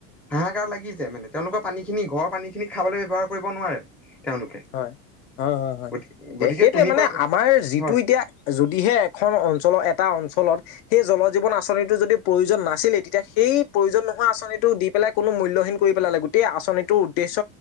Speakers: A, in the centre; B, on the left (about 65°).
A: হাঁহাকাৰ লাগি যায়‌ মানে তেওঁলোকৰ পানী খিনি ঘৰৰ পানী খিনি খাবলৈ ব্যৱহাৰ কৰিব নোৱাৰে। তেওঁলোকে
B: হয় হয় হয় হয়
A: গতি গতিকে
B: এ সেইটোৱে
A: তুমি
B: মানে
A: কোৱা
B: আমাৰ যিটো
A: হয়
B: এতিয়া। যদিহে এখন অঞ্চলৰ এটা অঞ্চলত সেই জল জীৱন আঁচনিটো যদি প্ৰয়োজন নাছিলেই তেতিয়া সেই প্ৰয়োজন নোহোৱা আঁচনিটো দি। পেলাই কোনো মূল্যহীন কৰি পেলালে গোটেই আচনিটো উ্দেশ্য